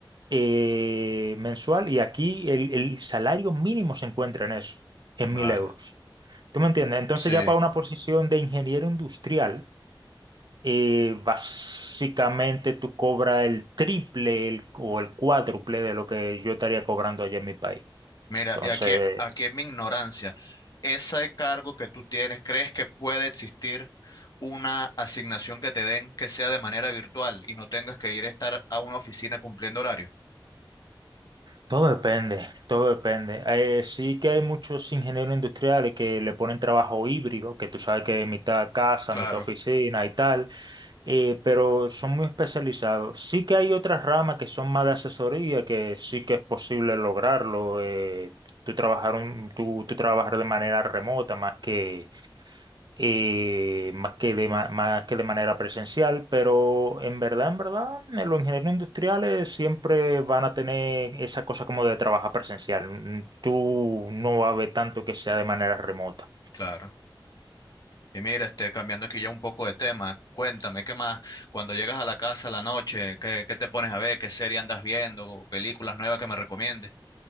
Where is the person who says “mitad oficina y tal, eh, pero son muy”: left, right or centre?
Right